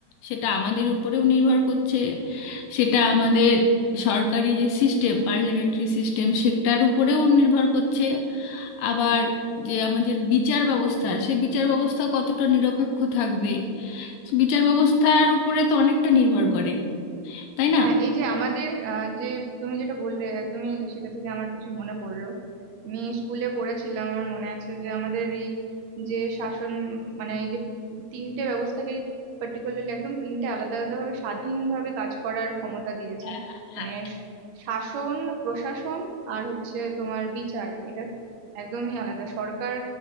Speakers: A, on the left (about 80°); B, on the right (about 75°).
A: সেটা আমাদের উপরেও নির্ভর করছে সেটা আমাদের সরকারি যে সিস্টেম পার্লামেন্টারি সিস্টেম সেটার উপরেও নির্ভর করছে আবার যে আমাদের বিচার ব্যবস্থা সে বিচার ব্যবস্থা কতটা নিরপেক্ষ থাকবে বিচার ব্যবস্থার উপরে তো অনেকটা নির্ভর করে তাই না
B: হ্যাঁ এই যে আমাদের আহ, যে তুমি যেটা বললে একদমই সেটা থেকে আমার কিছু মনে পড়লো আমি স্কুলে পড়েছিলাম আমার মনে আছে যে আমাদের এই যে শাসন মানে এই যে তিনটে ব্যবস্থাকে পার্টিকুলারলি একদম তিনটে আলাদা আলাদা ভাবে স্বাধীনভাবে কাজ করার ক্ষমতা দিয়েছে
A: হ্যাঁ হ্যাঁ হ্যাঁ
B: মানে শ- শাসন প্রশাসন আর হচ্ছে তোমার বিচার এটা একদমই আলাদা সরকার